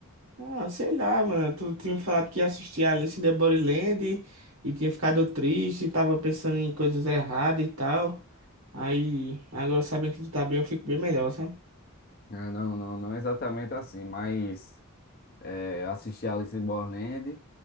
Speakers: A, on the right; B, on the left.
A: Ah, sei lá, mano. Tu tinha me falado que ia assistir Alice in the Borderland e, e tinha ficado triste, tava pensando em coisas erradas e tal. Aí, agora sabendo que tu tá bem, eu fico bem melhor, sabe?
B: Ah, Não, não, não exatamente assim, mas é, assisti Alice in Borderland